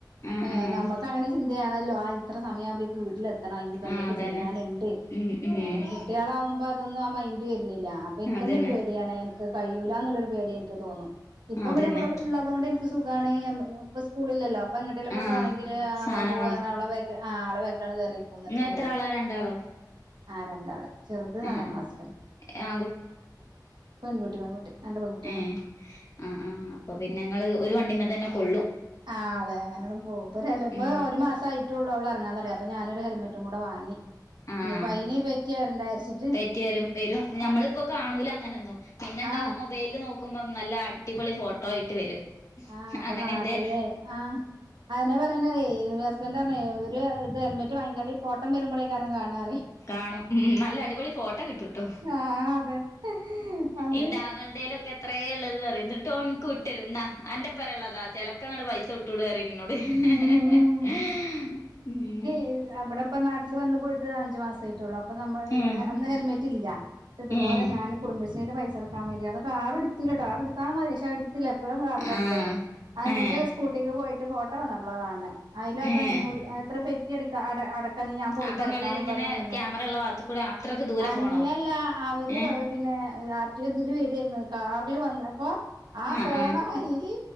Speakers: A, on the left; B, on the right.
A: ആഹ് ആഹ്
B: ഏർ
A: ആഹ്
B: നമുക്കങ്ങെനെ ചിന്തയാണല്ലോ ഇത്ര സമയവുമ്പോക്ക് വീട്ടിലെത്തണം ഇനിപ്പ
A: ആഹ്
B: എന്തൊക്കെ
A: അതന്നെ
B: ചെയ്യാനുണ്ട്
A: ഉം ഉം
B: ഏകുട്ട്യാളാവുമ്പോ അതൊന്നും ആ മൈന്റ് വരുന്നില്ല അപ്പൊ എനിക്കന്നെ
A: അതന്നെ
B: ഒരു പേടിയാണ്. എനിക്ക് കഴിയൂലന്നുള്ളൊരു പേടി എനിക്ക് തോന്നും. ഇപ്പൊ
A: അതന്നെ
B: <unintelligible> ഉള്ളതോണ്ട് എനിക്ക് സുഖാണ് ഇപ്പ സ്കൂളില്ലല്ലോ അപ്പൊ എങ്ങട്ടേിലൊക്കെ
A: ആഹ്
B: പോണമെങ്കിൽ ആ
A: സാനം
B: പോവകാരണം അവളെ ബേക്ക ആ അവളെ ബേക്കലങ്ങാട്ട് കേറിയിരിക്കും ഒ <unintelligible>
A: എത്രളാ രണ്ടാളോ
B: ആ രണ്ടാള് ചെറുത് നാലാം
A: ആഹ്
B: ക്ലാസ്
A: ആഹ്
B: പെൺകുട്ടി പെൺകുട്ടി രണ്ട് പെൺകുട്ടികളാ
A: ഏ അ ആഹ് അപ്പപിന്നെങ്ങള് ഒരു വണ്ടിമ്മ തന്നെ കൊള്ളും.
B: ആഹ് അതെ അങ്ങനെ പോ <unintelligible>
A: ഉം
B: ഒരു മാസ ആയിട്ടേള്ളൂ അവളെറങ്ങാൻ തൊ അപ്പോ ഞാനൊരു ഹെൽമറ്റും കൂടെ വാങ്ങി
A: ആഹ
B: ഇനിപ്പ അയിന് പറ്റി വരണ്ടാരിച്ചിട്ട്
A: തെറ്റ്യര് വരും ഞമ്മളിപ്പോ
B: ആ
A: കാണൂല അങ്ങനെന്നും പിന്നെണ്ടാവു
B: ആ
A: മൊ- വെയ്ല് മുക്കുമ്പോം നല്ല അടിപൊളി ഫോട്ടോ ആയിട്ട് വരും
B: ആഹ് അപ്പൊ
A: അങ്ങനെ
B: നാട്ടില്
A: എന്റെ
B: ആഹ് അയന്നെ പറയണത ഹസ്ബൻറ് പറഞ്ഞ ഒരു ഇത് ഹെൽമെറ്റ് വാങ്ങിച്ചാല് പോട്ടം വരുമ്പോഴേക്കാര കാണാറ്
A: കാണും ഉം നല്ല അടിപൊളി ഫോട്ടോ കിട്ടിട്ടോ
B: ആ അതെ അത്
A: ഇന്റാ <unintelligible> എത്രയെ ഇള്ളത് എന്നറിയോ എന്നിട്ട് എനിക്ക് വിട്ടരും അന്റ എപ്പരം ഇള്ളതാ ചെലക്കാണ്ട് പൈസ വി <unintelligible>
B: ഉം <unintelligible> ഇപ്പ നാട്ടില് വന്ന് പോയിട്ട് അഞ്ചു മാസ ആയിട്ടുള്ളൂ അപ്പോ നമ്മ
A: ഏഹ്
B: അന്ന് ഹെൽമെറ്റ് ഇല്ല ഇതുപോലെ
A: ഏഹ്
B: ഞാനും കുടുംബശ്രീ ന്റ പൈസ അടക്കാൻ വേണ്ടിയാണ് കാർ എടുത്തില്ലട്ട കാർ എടുത്താൽ മതി പക്ഷെ അത് <unintelligible> എപ്പോഴും കാറില എടുക്കല്
A: ആഹ്
B: അത്
A: ഏഹ്
B: എന്നിസ്കൂട്ടിക്ക് പോയിട്ട് ഫോട്ടോ വന്നപ്പോളാ കാണ് ണെ അയില് അത്
A: ഏഹ്
B: അഞ്ഞൂറ് എത്ര പെറ്റി അട അടക്കാ ഞാൻ പോയിട്ട്
A: അപ്പ
B: അടക്കാന്ന്
A: ഇങ്ങള് ഇങ്ങനെ
B: പറഞ്ഞ് നിന്നേ
A: ക്യാമറ ഉള്ള ഭാഗത്ത് കൂടെ അത്രക്ക് ദൂരെ
B: അല്ലല്ല
A: പോണോ
B: അവര്
A: ഏ
B: പിന്നേ രാത്രിഇതില് വരേര്ന്നു കാർല് വന്ന അപ്പോ ആ
A: ആഹ്
B: പോണ
A: ആഹ്
B: വയില്